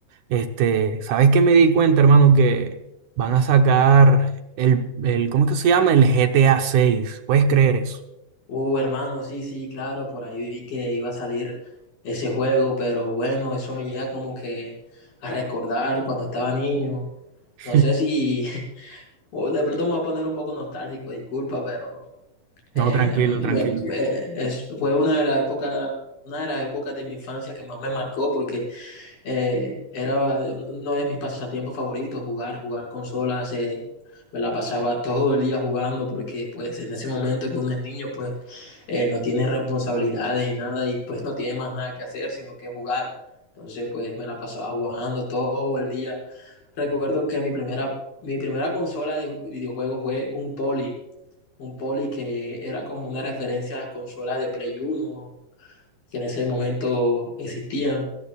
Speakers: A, on the right (about 70°); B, on the left (about 85°).
A: Este, ¿sabes qué me di cuenta, hermano? Que van a sacar el, el, ¿cómo es que se llama? El GTA 6? ¿Puedes creer eso?
B: Uh, hermano, sí, sí, claro, por ahí vi que iba a salir ese juego, pero bueno, eso me llega como que a recordar cuando estaba niño.
A: <laughs>
B: No sé si, <laughs> o de pronto me voy a poner un poco nostálgico, disculpa, pero
A: No,
B: eh,
A: tranquilo,
B: a mí
A: tranquilo.
B: me- me- es- fue una de las épocas, una de las épocas de mi infancia que más me marcó porque... Eh, era uno de mis pasatiempos favoritos, jugar, jugar consolas. eh, me la pasaba todo el día jugando porque pues en ese momento que uno es niño pues eh, no tiene responsabilidades y nada y pues no tiene más nada que hacer sino que jugar. Entonces pues me la pasaba jugando todo el día. Recuerdo que mi primera, mi primera consola de videojuegos fue un Poly, un Poly que era como una referencia a las consolas de Play Uno que en ese momento existían